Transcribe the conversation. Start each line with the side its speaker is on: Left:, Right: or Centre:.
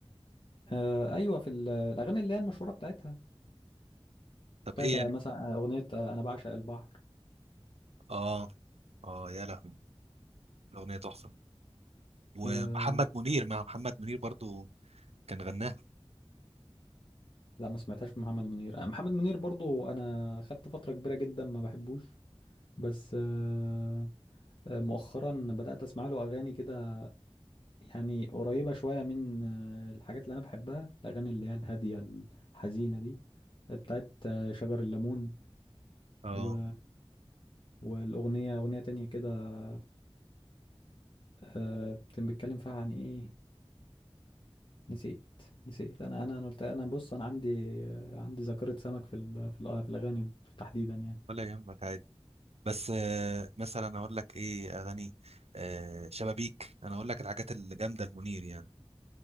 Left: آه ايوه في ال- الاغاني اللي هي المشهوره بتاعتها
Right: طب
Left: بتاعت
Right: ايه
Left: آه،
Right: يعني
Left: مثلا اغنيه آه، انا بعشق البحر
Right: اه اه يا لهوي الاغنيه تحفه ومحمد
Left: آه
Right: منير مع محمد منير برضو كان غناها
Left: لا ما سمعتهاش من محمد منير آه، محمد منير برضو انا خدت فتره كبيره جدا ما بحبوش بس آه آه، مؤخرا بدات اسمع له اغاني كده يعني قريبه شويه من آه، الحاجات اللي انا بحبها الاغاني اللي هي الهاديه الحزينه دي بتاعت آه، شجر الليمون
Right: اه
Left: و والاغنيه اغنيه تانية كده آه كان بيتكلم فيها عن ايه نسيت نسيت انا انا أنا قلت انا بص انا عندي عندي ذاكرة سمك في ال- في الأ- في الاغاني تحديدا يعني
Right: ولا يهمك عادي بس آه، مثلا اقول لك ايه اغاني آه، شبابيك انا اقول لك الحاجات الجامده المنير يعني